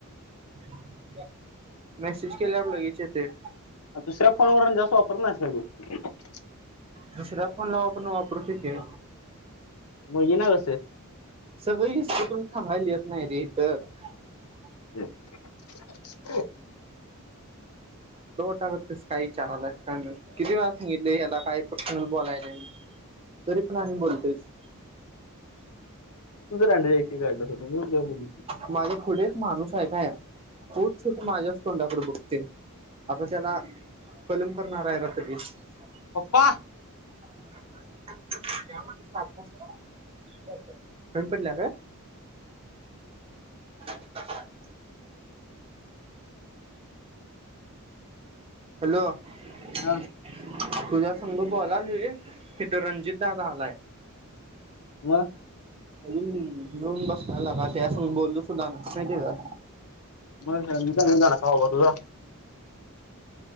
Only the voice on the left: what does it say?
आ, दुसऱ्या फोनवरून जासो वापर ना ड <unintelligible>
मग येणार कसं
हम् <inaudible>
<unintelligible> डे ती काय <unintelligible> -
पप्पा!
हा
मग
<inaudible>